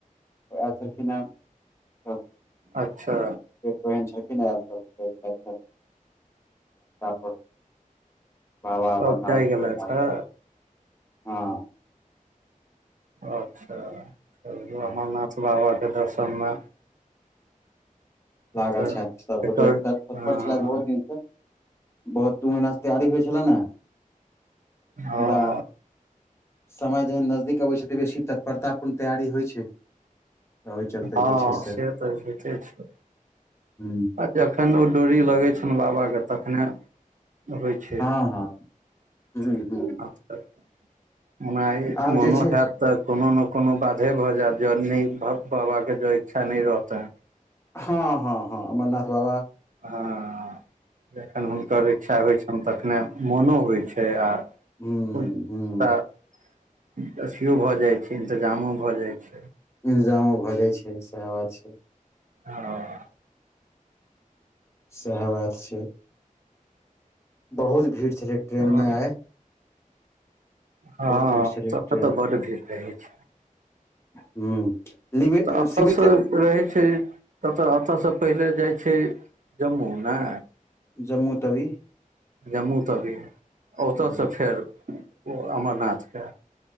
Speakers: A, on the left; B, on the right.
A: उह एल छलखिन हँ त
B: अच्छा
A: न यात्र पर <unintelligible> बाबा
B: सब
A: अमरनाथ
B: जाइ गेलथि
A: पर
B: हे
A: हँ
B: अच्छा चल
A: हँ
B: अमरनाथ बाबाके दर्शन में
A: लागल
B: एकर
A: छइथ सबगोटे
B: एकर
A: तत्पर
B: हँ
A: छलथि बहुत दिनसँ बहोत दू महीनासँ तैयारी होइ छलैन हैं
B: हँ
A: मुदा समय जहन नजदीक अबे छै तऽ बेसी तत्परता पूर्ण तैयारी होइ छै तऽ ओहि चलते
B: हँ
A: जे छै
B: से तऽ हयते छै
A: हूँ
B: आ जखन ओ डोरी लगै छनि बाबाके तखने होइ छै
A: हँ हँ
B: <inaudible>
A: हूँ हूँ
B: <inaudible> माई
A: आब
B: मोनो
A: जे छै
B: हैत तऽ कोनो ने कोनो बाधे भऽ जायत जँ नहि बाबाके जँ इच्छा नहि रहतै
A: हँ हँ हँ अमरनाथ बाबा
B: हां <inaudible> जखन हुनकर इच्छा होइ छै तखने मोनो होइ छै आ
A: हूँ हूँ
B: <inaudible> असियो भऽ जाइत छै इन्तजामो भऽ जाइत छै
A: इन्तजामो भऽ जाइ छै सएह बात छै
B: <unintelligible>
A: <inaudible> सएह बात छै बहुत भीड़ छलै ट्रेन
B: हँ
A: में आए
B: हँ
A: भीड़ छलै
B: सब
A: ट्रेन
B: त तऽ बड भीड़ रहैत छै
A: <inaudible> लिमिट
B: तऽ एतसँ
A: सीमित
B: रहै छै कतऽ एतऽसँ पहिले जाइ छै जम्मू ने
A: जम्मू तवी
B: जम्मू तवी ओतयसँ
A: हूँ,
B: फेर ओ अमरनाथ के